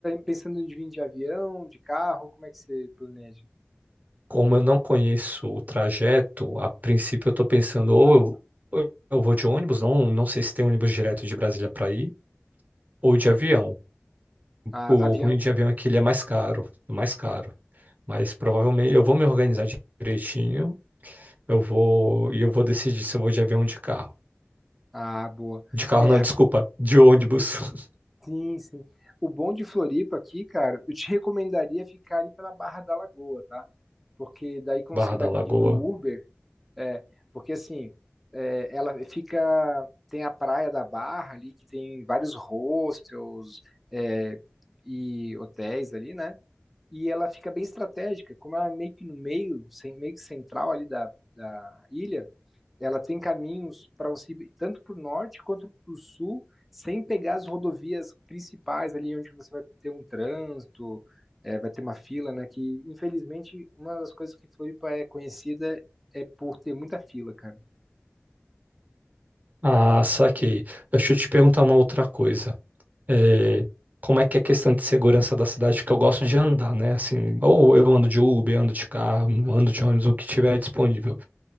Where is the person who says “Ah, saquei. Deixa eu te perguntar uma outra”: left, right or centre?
Right